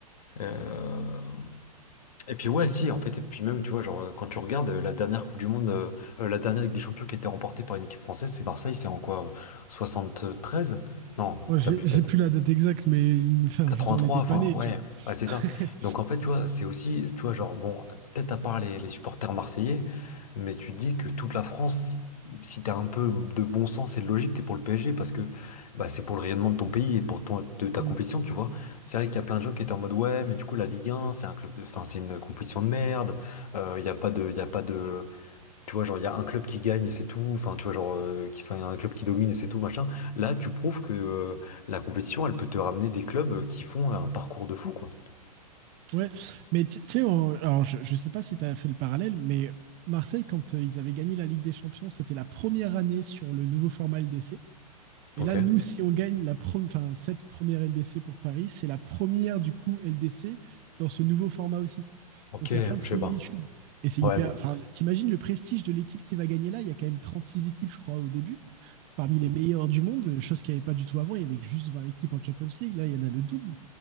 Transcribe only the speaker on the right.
Moi, j'ai
j'ai
plus la date exacte, mais enfin,
je veux dire, on était
pas nés,
tu vois.
<laughs>
Mm.
Ouais, mais tu sais, alors, je, je sais pas si tu as fait le parallèle, mais Marseille, quand euh, ils avaient gagné la Ligue des Champions, c'était la première année sur le nouveau format LDC. Et
là, nous, si on gagne la pro- enfin, cette première LDC pour Paris, c'est la première du coup LDC dans ce nouveau format aussi.
Donc il y a plein de
similitudes.
Et c'est
hyper.
Enfin, t'imagines le prestige de l'équipe qui va gagner là Il y a quand même 36 équipes, je crois, au début, parmi les meilleures du monde, chose qu'il n'y avait pas du tout avant. Il y avait juste 20 équipes en Champions League. Là, il y en a le double.